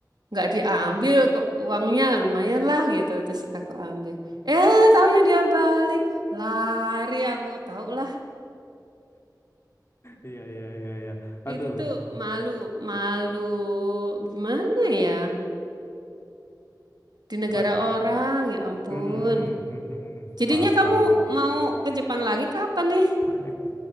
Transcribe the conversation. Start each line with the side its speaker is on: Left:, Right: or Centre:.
Right: nggak diambil kok uangnya lumayan lah gitu terus aku ambil
Left: Hmm.
Right: eh taunya dia balik lari aku tahu lah
Left: Iya, iya, iya, iya. Aduh,
Right: itu tuh malu malu gimana ya di negara
Left: Mbak.
Right: orang ya ampun
Left: Mm, mm, mm, mm, mm.
Right: jadinya
Left: Paham, paham,
Right: kamu
Left: paham.
Right: mau ke Jepang lagi kapan nih
Left: Banyak